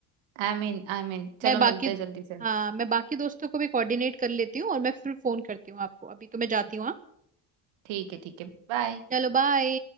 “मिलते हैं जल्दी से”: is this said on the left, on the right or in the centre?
Right